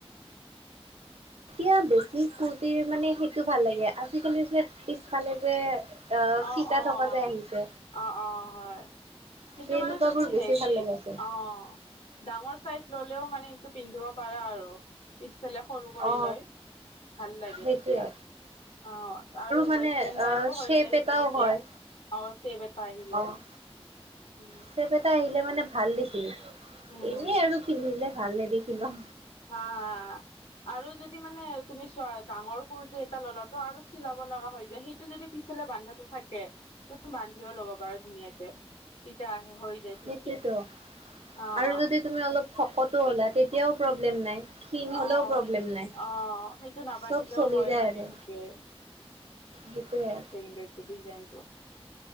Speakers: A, on the right; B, on the left.
A: এতিয়া বেছি কুৰ্তিৰ মানে সেইটো ভাল লাগে। আজিকালি যে পিছফালে যে, অ'
B: অ'অ',
A: ফিতা থকা যে আহিছে
B: অ' অ', হয়। সেইটো
A: যে
B: মানে
A: এনেকুৱাবোৰ
B: তুমি
A: বেছি
B: হেৰি,
A: ভাল লগাইছে
B: অ'। ডাঙৰ চাইজ ল'লেও মানে সেইটো পিন্ধিব পাৰা আৰু। পিছফালে সৰু কৰি
A: অ'
B: লয়। ভাল লাগে
A: সেইটোৱে
B: তেতিয়া। অ', আৰু
A: মানে
B: ৱেষ্টাৰ্ণ টাইপো
A: অ'
B: হৈ
A: চেপ
B: যায় সেইটো
A: এটাও
B: তেতিয়া।
A: হয়
B: অ', চেভ এটা আহি যায়।
A: অ'
B: উম
A: চেপ এটা আহিলে মানে ভাল দেখি।
B: উম হম
A: এনে আৰু পিন্ধিলে ভাল নেদখি ন।
B: হা, হা। আৰু যদি মানে তুমি চোৱা ডাঙৰ কুুৰ্তি এটা ললা টো আৰু চিলাব লগা হৈ যায়। সেইটো যদি পিছফালে বান্ধাটো থাকে, তুমি বান্ধিও ল'ব পাৰা ধুনীয়াকে। তেতিয়া আহে হৈ যায়। ঠিকে,
A: সেইটোৱেতো
B: অ'।
A: আৰু যদি তুমি অলপ শকতো হ'লা, তেতিয়াও প্ৰব্লেম নাই। ক্ষীণ হ'লেও
B: অ',
A: প্ৰব্লেম নাই।
B: অ', সেইটো নাবান্ধিলেও
A: চব চলি
B: হয়
A: যায়
B: মানে
A: আৰু।
B: সেইটোৱে
A: সেইটোয়ে।
B: সেইটোৱে ডিজাইনটো।